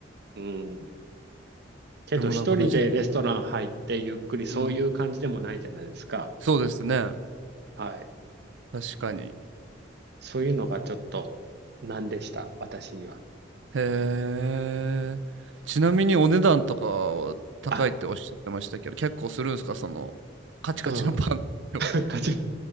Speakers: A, on the right (about 60°); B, on the right (about 80°).
A: うん。けど一人でレストラン入ってゆっくりそういう感じでもないじゃないですか。
B: でもなんかめちゃく、うん。そうですね。
A: はい。
B: 確かに。
A: まあ、そういうのがちょっと難でした。私には。
B: へえ。ちなみにお値段とかは高いっておっしゃってましたけど、
A: はい。あ、
B: 結構するんですかその、カチカチのパンでも。
A: うん。<laughs> カチ、